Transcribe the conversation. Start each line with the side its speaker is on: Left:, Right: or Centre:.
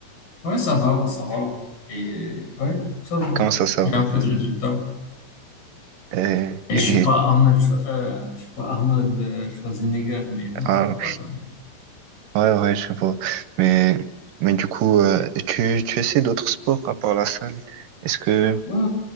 Left: Ouais, ça va, ça va. Et ouais, ça va.
Right: Comment ça, ça
Left: J'ai
Right: va?
Left: un peu de résultats.
Right: Euh,
Left: Et
Right: Et,
Left: je suis pas Arnold, Schwa- euh, je suis pas Arnold euh, Schwarzenegger, mais bon,
Right: Ah,
Left: ça va quand même.
Right: ouais, ouais, je vois. Mais, mais du coup, euh, tu, tu essaies d'autres sports à part la salle? Est-ce que,
Left: Ouais,